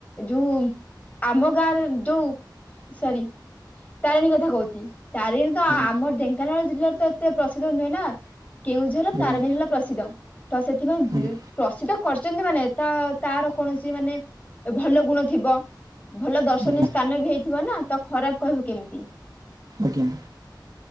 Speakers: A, on the left; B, on the right.
A: ଯୋଉ ଆମ ଗାଁରେ ଯୋଉ ସରି ତାରିଣୀ କଥା କହୁଛି ତାରିଣୀ ତ
B: ହୁଁ
A: ଆମର ଢେଙ୍କାନାଳ ଜିଲ୍ଲାରେ ତ ଏତେ ପ୍ରସିଦ୍ଧ ନୁହେଁ ନା କେଉଁଝର
B: ଆଜ୍ଞା
A: ତାରଣୀ ହେଲା ପ୍ରସିଦ୍ଧ। ତ ସେଥିପାଇଁ
B: ଆଜ୍ଞା
A: ପ୍ରସିଦ୍ଧ। କରିଛନ୍ତି ମାନେ ତା ତାର କୌଣସି ମାନେ ଭଲ ଗୁଣ ଥିବ ଭଲ ଦର୍ଶନୀୟ
B: ଆଜ୍ଞା ଆଜ୍ଞା
A: ସ୍ଥା ସ୍ଥାନ ବି ହେଇଥିବ ନା ତ ଖରାପ କହିବୁ କେମିତି?
B: ଆଜ୍ଞା।